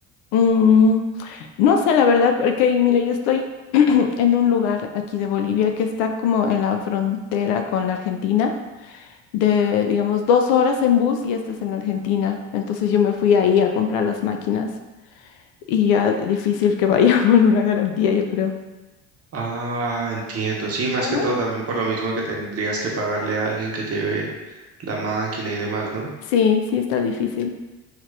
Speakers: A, on the left (about 80°); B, on the right (about 40°).
A: mm, no sé, la verdad, porque mira, yo estoy <clears throat> en un lugar aquí de Bolivia que está como en la frontera con la Argentina, de, digamos, dos horas en bus y esta es en la Argentina. Entonces yo me fui ahí a comprar las máquinas. y ya difícil que vaya <laughs> por una garantía, yo creo.
B: Ah, entiendo. Sí, más
A: Ajá.
B: que todo también por lo mismo que tendrías que pagarle a alguien que lleve la máquina y demás, ¿no?
A: Sí, sí está difícil.